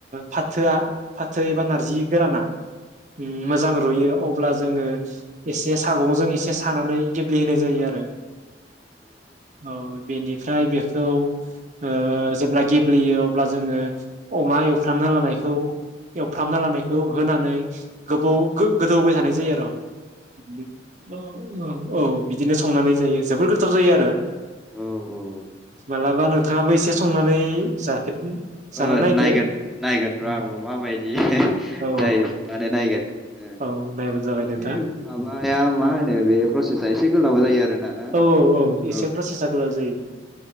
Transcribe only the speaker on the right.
फाथोआ फाथो एबा नारजि गोराना उम मोजां रुयो अब्ला जोंङो। सागंजों एसे सानानै गेब्लेहोनाय जायो आरो। अ बेनि। थ्राय बेग। खौ ओ जेब्ला गेब्लेयो अब्ला जोंङो अमा एवफ्रामना लानायखौ एवफ्रामना लानायखौ होनानै। <inaudible> गोबाव गो-गोदौहोबाय थानाय। <unintelligible> <unintelligible> औ बिदिनो संनानै जायो जोबोर गो थाव जायो आरो
मालाबा। थाङाबो एसे संनानै जाफेर जाना
नायदो
औ
औ
औ
औ नायबानो जाबाय
नोंथां
औ एसे
प्रसेसा गोलाव जायो